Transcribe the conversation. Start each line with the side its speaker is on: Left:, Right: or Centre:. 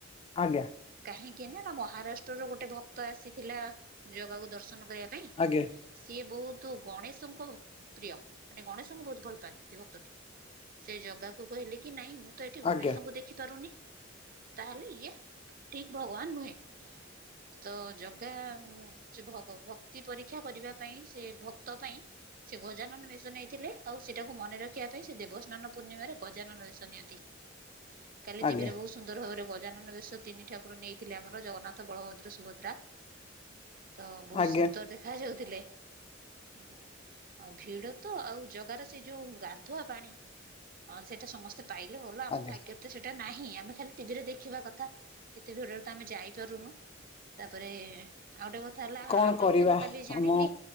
Left: ଆଜ୍ଞା
Right: କାହିଁକି ନା ମହାରାଷ୍ଟ୍ର ର ଗୋଟେ ଭକ୍ତ ଆସିଥିଲା ଜାଗାକୁ ଦର୍ଶନ କରିବା ପାଇଁ।
Left: ଆଜ୍ଞା।
Right: ସିଏ ବହୁତ ଗଣେଶଙ୍କ ପ୍ରିୟ ମାନେ ଗଣେଶଙ୍କୁ ବହୁତ ଭଲ ପାଆନ୍ତି ସିଏ ଭ ତ ସେ ଜଗାକୁ କହିଲେ କି ନାଇଁ ମୁଁ ତ ଏଠି ଗଣେଶଙ୍କୁ
Left: ଆଜ୍ଞା
Right: ଦେଖି ପାରୁନି। ତା ହେଲେ ଇଏ ଠିକ ଭଗବାନ ନୁହେଁ। ତ ଜଗା ସେ ଭ ଭ ଭକ୍ତି ପରୀକ୍ଷା କରିବା ପାଇଁ ସେ ଭକ୍ତ ପାଇଁ ସେ ଗଜାନନ ଵେସ ନେଇଥିଲେ ଆଉ ସେଟାକୁ ମନେ ର ଖିବା ପାଇଁ ସେ ଦେବସ୍ନାନ ପୂର୍ଣିମାରେ ଗଜାନନ ଵେଶ ନିଅନ୍ତି କାଲି
Left: ଆଜ୍ଞା
Right: ଟିଭିରେ ବହୁ ଶୁ ସୁନ୍ଦର ଭାବରେ ଗଜାନନ ବେଶ ତିନି ଠାକୁର ନେଇଥିଲେ ଆମର ଜଗନ୍ନାଥ ବଳଭଦ୍ର ସୁଭଦ୍ରା। ତ ବହୁ
Left: ଆଜ୍ଞା
Right: ସୁନ୍ଦର ରେ ଖା ଯାଉଥିଲେ ଆଉ ଭିଡ ତ ଆଉ ଜଗାର ସେ ଯୋଉ ଗାଧୁ ଧୁଆ ପାଣି ହଁ ସେଟା ସମସ୍ତେ ପାଇଲେ ଭଲ ଆମ
Left: ଆଜ୍ଞା।
Right: ଭାଗ୍ୟର ତ ସେ ସେଟା ନାହିଁ ଆମେ ଖାଲି ଟିଭିରେ ଦେଖିବା କଥା ଏତେ ଭିଡରେ ତ ଆମେ ଯାଇପାରୁନୁ। ତାପରେ ଆଉ ଗେଟେ କଥା ହେଲା
Left: କଣ
Right: ଆଉ ଗୋଟେ
Left: କରିବା
Right: କଥା ମୁଁ କାଲି ଜାଣିଲି
Left: ଆମ